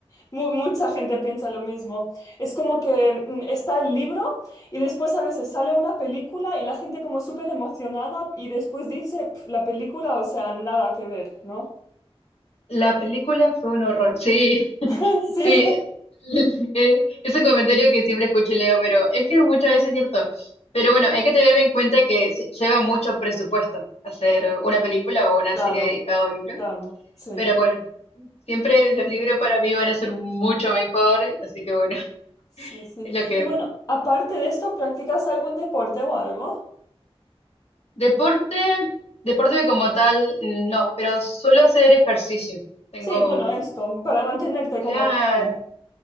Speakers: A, on the left; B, on the left.
A: Mu- Mucha gente piensa lo mismo. Es como que mm, está el libro y después a veces sale una película y la gente como súper emocionada y después dice, "Pf, la película, o sea, nada que ver, ¿no?
B: La película fue un horror. Sí,
A: <laughs> Sí,
B: sí. <laughs> Eh, Es un comentario que siempre escucho y leo, pero es que muchas veces es cierto. Pero bueno, hay que tener en cuenta que se lleva mucho presupuesto hacer una película o una
A: claro,
B: serie dedicada a un libro.
A: claro, sí,
B: Pero bueno, siempre los libros para mí van a ser mucho mejor, así que bueno, <laughs>
A: sí, sí.
B: es
A: sí.
B: lo que
A: Y bueno, aparte de esto, ¿practicas algún deporte o algo?
B: Deporte, deporte como tal, no, pero suelo hacer ejercicio. Tengo,
A: Sí, bueno,
B: mm,
A: esto, para mantenerte
B: claro,
A: como activa.